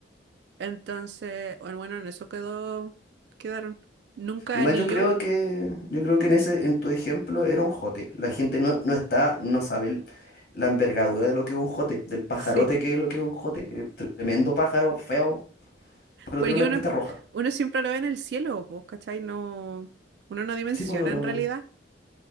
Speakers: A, on the right (about 65°); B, on the left (about 60°).
A: Entonces, bueno, bueno, en eso quedó, quedaron. Nunca
B: Igual
A: ni
B: yo creo
A: yo
B: que, yo creo que en ese, en tu ejemplo era un jote. La gente no, no está, no sabe el- la envergadura de lo que es un jote, del pajarote
A: sí
B: que es lo que es un jote. Eh, Tremendo pájaro, feo, pero
A: Porque
B: tiene una
A: uno,
B: cresta roja.
A: uno siempre lo ve en el cielo, pues, ¿cachai? No, uno no dimensiona
B: Sí, pues no lo...
A: en realidad